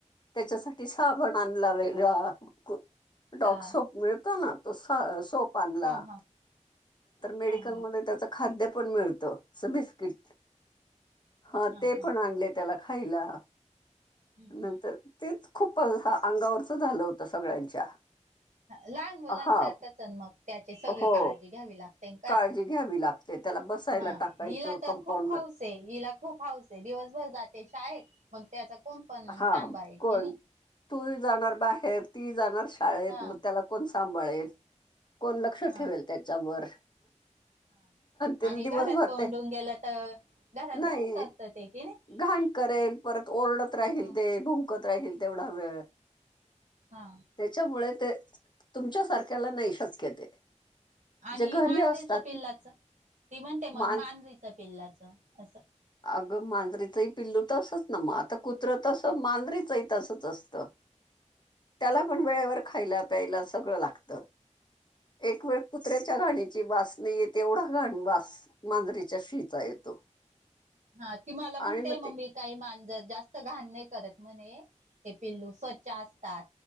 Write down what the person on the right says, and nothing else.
हां
हां हां हां
हां
हां
हां
हं हं
लहान मुलांसारखं
चण मग त्याची सगळी
काळजी घ्यावी लागते का
हा
हिला तर
खूप
हाऊस. हिला खूप हाऊस आहे, दिवसभर जाते शाळेत मग त्याचा कोण पण मग,
सांभाळ आहे की
नाही.
हा
हा
हा
आणि
घरात कोंडून
गेलं तर, घरात
घाण करत ते कि नाही.
हा
हा.
आणि
मांजरीचं
पिल्लाच ते म्हणते मग
मांजरीच पिल्लाचं असं.
<inaudible>
हा, ती मला म्हणते
मम्मी
काही मांजर जास्त घाण नाही करत, म्हणे ते पिल्लू स्वच्छ असतात.